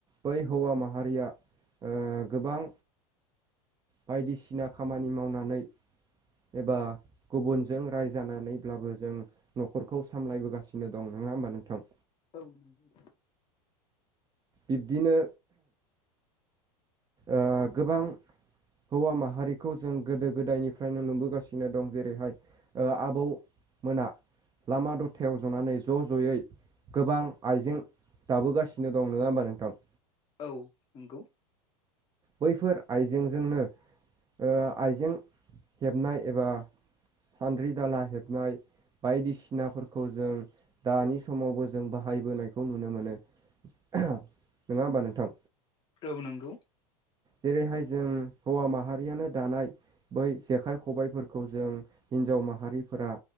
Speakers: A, on the right; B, on the left.
A: बै हौवा माहारिया ओ गोबां बायदिसिना खामानि मावनानै एबा गुबुनजों रायजानानैब्लाबो जों न'खरखौ सामलायबोगासिनो दं नङा होमबा नोंथां।
B: औ नंगौ
A: बिब्दिनो ओ गोबां हौवा माहारिखौ जों गोदो-गोदायनिफ्रायनो नुबोगासिनो दं जेरैहाय आबौमोना लामा दथायाव जनानै ज' ज'यै गोबां आइजें दाबोगासिनो द नङा होमबा नोंथां
B: औ नंगौ
A: बैफोर आइजेंजोंनो ओ आइजें हेबनाय एबा सान्द्रि दाला हेबनाय बायदिसिनाफोरखौ जों दानि समावबो जों बाहायबोनायखौ नुनो मोनो। नङा होमबा नोंथां
B: औ नांगौ
A: जेरैहाय जों हौवा माहारियानो दानाय बै जेखाइ, खबाइफोरखौ जों हिन्जाव माहारिफोरा